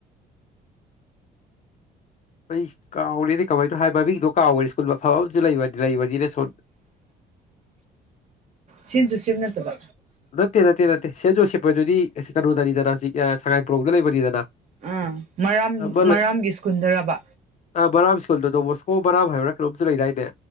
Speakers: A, on the left; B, on the right.
A: ꯑꯩ ꯀꯥꯎꯔꯦꯗꯤ ꯀꯃꯥꯏꯅꯣ ꯍꯥꯏꯕ ꯃꯤꯒꯤꯗꯣ ꯀꯥꯎꯈꯦ ꯁ꯭ꯀꯨꯜ ꯑꯐ ꯑꯃꯁ ꯂꯩ ꯂꯩꯕꯅꯤꯅ ꯁꯣ
B: ꯁꯤꯟꯁꯨ ꯁꯤꯕ ꯅꯠꯇꯕ
A: ꯅꯠꯇꯦ ꯅꯠꯇꯦ ꯅꯠꯇꯦ ꯁꯦꯁꯨꯣꯁꯤꯦꯄꯗꯨꯗꯤ ꯀꯩꯅꯣꯗꯅꯤꯗꯅ ꯁꯉꯥꯏꯄ꯭ꯔꯣꯡꯗ ꯂꯩꯕꯅꯤꯗꯅ
B: ꯑꯥ ꯃꯔꯥꯝ
A: ꯑꯃ
B: ꯃꯔꯥꯝꯒꯤ
A: ꯂꯩ
B: ꯁ꯭ꯀꯨꯜꯗꯔꯕ
A: ꯑ ꯕꯔꯥꯝ ꯁ꯭ꯀꯨꯜꯗ ꯇꯣꯃꯣꯁꯀꯣ ꯕꯔꯥꯝ ꯍꯥꯏꯕ꯭ꯔꯥ ꯀꯩꯅꯣꯝꯇ ꯂꯩꯔꯏꯅꯦ